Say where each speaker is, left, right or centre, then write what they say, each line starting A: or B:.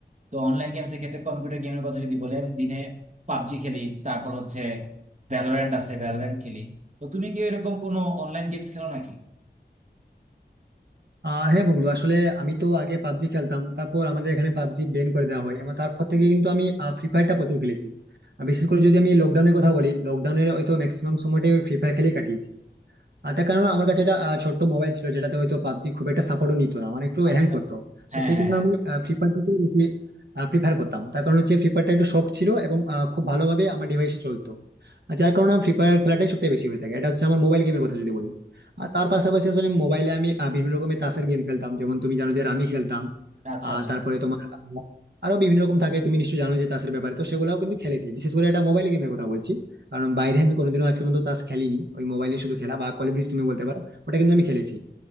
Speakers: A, on the right; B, on the right.
A: তো অনলাইন গেমসের ক্ষেত্রে কম্পিউটার গেমের কথা যদি বলি আমি দিনে পাবজি খেলি তারপর হচ্ছে ভ্যালোরেন্ট আছে ভ্যালোরেন্ট খেলি তো তুমি কি এরকম কোনো অনলাইন গেমস খেলো নাকি
B: আহ হ্যাঁ বন্ধু আসলে আমি তো আগে পাবজি খেলতাম তারপর আমাদের এখানে পাবজি ব্যান করে দেওয়া হয় এবং তারপর থেকে কিন্তু আমি ফ্রি ফায়ারটা প্রচুর খেলেছি আর বিশেষ করে যদি আমি লকডাউনের কথা বলি লকডাউনের হয়তো ম্যাক্সিমাম সময়টাই ফ্রি ফায়ার খেলে কাটিয়েছি আর তার কারণ আমার কাছে এটা আহ, ছোট্ট মোবাইল ছিল যেটাতে হয়তো পাবজি খুব একটা সাপোর্টও নিত না মানে একটু
A: আচ্ছা
B: হ্যাং করতো
A: হ্যাঁ
B: তো সেই
A: হ্যাঁ
B: কারণে
A: হ্যাঁ
B: আমি ফ্রি ফায়ারটাকেই বেশি প্রিফার করতাম তার কারণ হচ্ছে ফ্রি ফায়ারটা একটু সফট ছিল এবং আহ, খুব ভালোভাবে আমার ডিভাইসে চলতো আর যার কারণে ফ্রি ফায়ার খেলাটাই সবথেকে বেশি হয়ে থাকে এটা হচ্ছে আমার মোবাইল গেমের কথা যদি বলি আর তার পাশাপাশি আসলে মোবাইলে আমি আহ, বিভিন্ন রকমের তাসের গেম খেলতাম যেমন তুমি জানো যে রামি খেলতাম
A: আচ্ছা
B: আহ
A: আচ্ছা
B: তারপরে তোমার আরো বিভিন্ন রকম থাকে তুমি নিশ্চয়ই জানো যে তাসের ব্যাপারে তো সেগুলাও কিন্তু খেলেছি বিশেষ করে এটা মোবাইল গেমের কথা বলছি কারণ বাইরে আমি কোনোদিনও আজকে পর্যন্ত তাস খেলিনি ওই মোবাইলে শুধু খেলা বা কল ব্রিজ তুমি বলতে পারো ওটা কিন্তু আমি খেলেছি